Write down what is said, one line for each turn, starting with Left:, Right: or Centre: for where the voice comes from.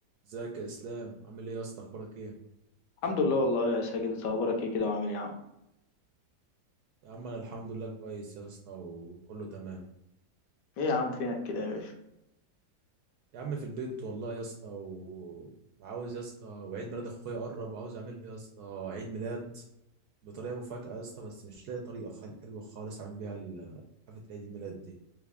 Right: ازيك يا اسلام عامل ايه يا اسطى اخبارك ايه
Left: الحمد لله والله يا ساجد انت اخبارك ايه كده وعامل ايه يا عم
Right: يا عم انا الحمد لله كويس يا اسطى وكله تمام
Left: ايه يا عم فينك كده يا باشا
Right: يا عم في البيت والله يا اسطى و... وعاوز يا اسطى وعيد ميلاد اخويا قرب وعاوز اعمل له يا اسطى عيد ميلاد بطريقه مفاجاه يا اسطى بس مش لاقي طريقه خل... حلوه خالص اعمل بيها ال- حفله عيد الميلاد دي